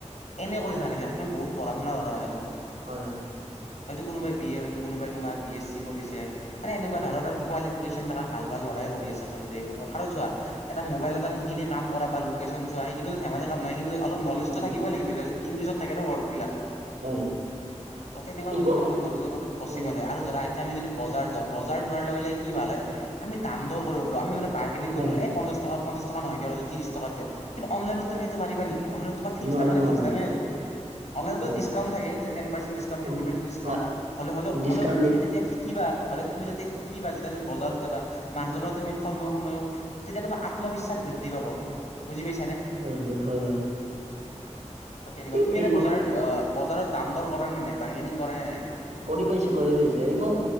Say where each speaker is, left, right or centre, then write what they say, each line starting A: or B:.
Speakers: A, on the left; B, on the right.
A: এনে কৰি থাকা নাই সিহঁত কিন্তু বহুত পঢ়া শুনা লৰা হৈ আচলত।
B: হয়, হয়।
A: কোনোবাই বি এ হয় কোনোবাই তোমাৰ বি এছ চি কৰিছে। মানে এনেকুৱা ধৰণৰ কোৱালিফিকেচন থাকা ভাল ভাল ল'ৰাইও কৰি <unintelligible> আচলতে <unintelligible> কাৰণ চোৱা এটা মোবাইল এটাত সিশিনি কাম কৰা বা লোকেচন চোৱা সিকিনোটো ধেমালি কাম ন কিন্তু অলপ
B: হয়
A: নলেজটো
B: হয়
A: থাকিবই লাগিব দিয়াচোন ইংলিছত থাকে ন' ৱৰ্ড বিলাক।
B: হয়
A: ত' তেনেকুৱা
B: এইবোৰ
A: ধৰণৰ
B: উম
A: নলেজৰ ফলত পচিবেল হয়, আৰু ধৰা আইত তে আমি যদি বজাৰ যাওঁ বজাৰ যোৱাৰ লগে লগে কি ভাল হয় আমি দাম দৰ কৰিব পাৰো। আমি মানে বাৰগেনিং
B: হয়
A: কৰিব
B: হয়
A: এ, পঞ্চাছ টকা পঞ্চাছ টকা নহয় দিয়ক এইটো তিৰিছ টকাত দিয়ক। কিন্তু অনলাইনত তুমি সিটো পাৰিবা নেকি। অনলাইনত তোমাৰ ফিক্স
B: নোৱাৰো
A: দাম মানে
B: নোৱাৰো
A: ফিক্স দামে আৰু। অনলাইনত বুলে
B: হয়
A: ডিস্ককাউণ্ট থাকে, যে ten percent discount
B: um,
A: fifty percent discount.
B: মা-
A: হ'লে হ'লেও
B: ডিছকাউণ্ট
A: হ'লেও
B: দিয়ে।
A: তুমি তিতিয়া শিকিবা হ'লে তুমি যাতে শিকিবা যেতিয়া তুমি বজাৰত যাবা মানুহ <unintelligible> তুমি <unintelligible> তেতিয়া তোমাৰ আত্মবিশ্বাস বৃদ্ধি পাব বুজি পাইছ
B: উম, উম, হয়, হয়।
A: ত' তেনেকুৱা
B: ঠিক
A: তুমি এনে
B: এইবোৰ
A: বজাৰ আ, বজাৰত দাম দৰ কৰা নে নাই? বাৰ্গেনিং কৰাৰে নাই?
B: কৰি পাইছোঁ কৰি পাইছোঁ। এইবোৰ